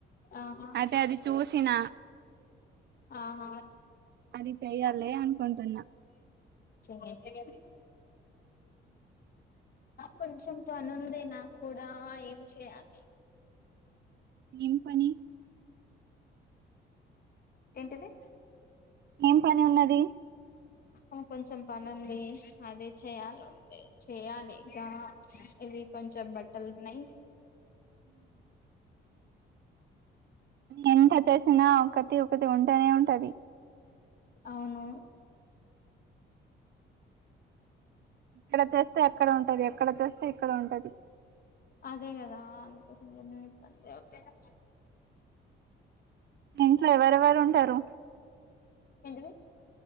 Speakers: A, on the left; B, on the right.
A: ఆహా
B: అయితే అది చూసిన
A: ఆహా
B: అది చెయ్యాలి అనుకుంటున్నా
A: చేయండి. కొంచం పనుంది నాక్కూడా ఏం చేయాలి.
B: ఏం పని?
A: ఏంటిది?
B: ఏం పని ఉన్నది.
A: ఇంకొంచం పనుంది అదే చెయాలుంది. చేయాలిగా ఇవి కొంచెం బట్టలున్నయి.
B: ఎంత చేసినా ఒకటి ఒకటి ఉంటనే ఉంటది.
A: అవును.
B: ఇక్కడ చేస్తే అక్కడ ఉంటది అక్కడ చేస్తే ఇక్కడ ఉంటది.
A: అదే గదా అందుకోసమే మేం ఇబ్బంది పడుతున్నం.
B: ఇంట్లో ఎవరెవరుంటరు?
A: ఏంటిది